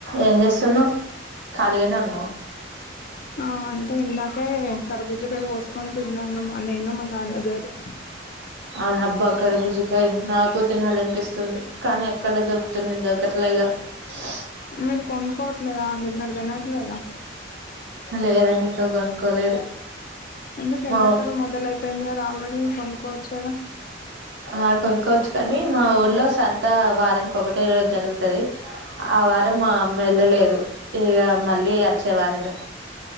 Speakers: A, on the right; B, on the left.
A: ఏం చేస్తున్నవ్ ఖాళీగానే ఉన్నా
B: ఆ అంటే ఇందాకే కరుబు గర్భుజకాయ్ కోస్కొన్ తిన్నాను. మా నేను, మా నాన్నగారు.
A: అవున్ అబ్బా, కర్బూజకాయ్ నాకు తినాలనిపిస్తుంది, కానీ ఎక్కడ దొరుకుతుంది దొరకట్లేగా <unintelligible>
B: మీరు కొనుక్కోవట్లేదాండి మీర్ తినట్లేదా?
A: లేదండి ఇంకా కొనుక్కోలేదు.
B: ఎందుకు
A: మా
B: ఎండకలం మొదల అయిపోయింది కదా ఆల్రెడీ కొనుకోవచ్చుకదా.
A: ఆ కొనుక్కోవచ్చు కానీ, మా ఊర్లో సంత వారానికి ఒకటే రోజు జరుగుత్ తది ఆ వారం మా అమ్మ ఎళ్ళలేదు. ఇగ మళ్ళీ అచ్చే వారమే.